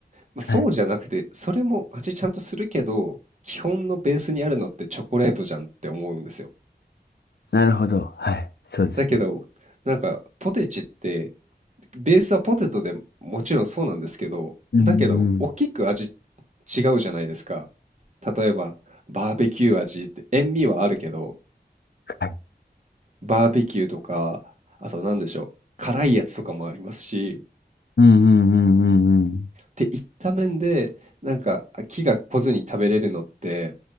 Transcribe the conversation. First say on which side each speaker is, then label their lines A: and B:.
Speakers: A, on the right; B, on the left.
A: まあ、
B: はい。
A: そうじゃなくて、それも味ちゃんとするけど、基本のベースにあるのってチョコレートじゃんって思うんですよ。
B: なるほど。はい。そうですね。
A: だけど、なんか、ポテチって、ベースはポテトでもちろんそうなんですけど、
B: うんう
A: だけど、大きく味
B: ん
A: 違うじゃないですか。例えば、バーベキュー味って、塩味はあるけど、
B: はい。
A: バーベキューとか、あと何でしょう、辛いやつとかもありますし、っ
B: うんうんうんうんうん。
A: ていった面で、なんか、気が来ずに食べれるのって、